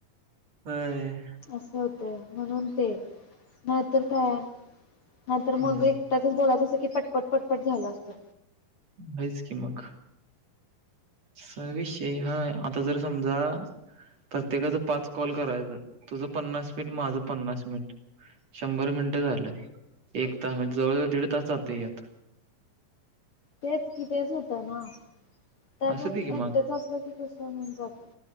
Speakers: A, on the right; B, on the left.
A: व्हय.
B: असं होतंय, म्हणून ते नाहीतर काय नाहीतर
A: हम्म
B: मग एकटच बोलायचं असं की पटपट पटपट झालं असतं.
A: व्हायच की मग सविष कि हा आता जर समजा प्रत्येकाचा पाच कॉल करायचं तुझं पन्नास मिनिट माझं पन्नास मिनिट शंभर मिनिटं झालं, एक तास म्हणजे जवळ जवळ दीड तास जातय ह्यात.
B: तेच की तेच होतंय ना, त्यापेक्षा
A: असू दे की
B: एकट्याच असल कसं होऊन जातंय.